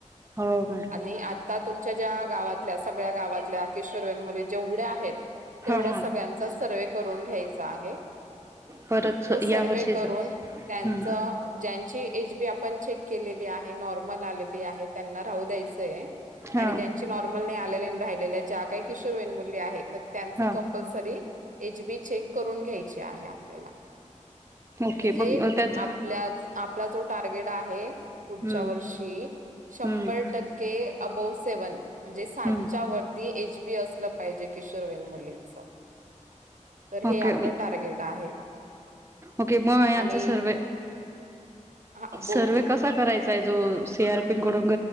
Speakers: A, on the right; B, on the right.
A: हो मॅडम
B: आणि आता तुमच्या ज्या गाातल्या सग्या गावातल्या आकेश मुली जेवढे आहेत तेवढ्या
A: हो हो
B: सगळ्यांचा सर्वे करून घ्यायचा आहे
A: परत
B: तो सर्वे
A: या वर्षीच
B: करून
A: हम्म
B: त्यांच ज्यांची एज बी आपण चेक केलेली आहे नॉर्मल आलेली आहे त्यांना राहू द्यायचंय आणि
A: हा
B: ज्यांची नॉर्मल नाही आले राहिले ज्या काही किशोर वयन मुली आहेत तर त्यांच
A: हा
B: कंपल्सरी एच बी चेक करून घ्यायचे आहे आपल्याला
A: ओके
B: म्हणजे
A: मग त्याचा
B: आपल्या आपला जो टार्गेट आहे पुढच्या
A: हम्म
B: वर्षी शंभर
A: हम्म
B: टक्के अबो सेव्हन म्हणजे साजच्या
A: हम्म
B: वती एज ी असलं पाहिजे किशोर वन मुलींच तर हे आपलं
A: के
B: टार्गेट आहे
A: ओके मग यांचा
B: आणि
A: सर्वे
B: हा
A: सर्व
B: बोल तू
A: कसा करायचा सीर पडून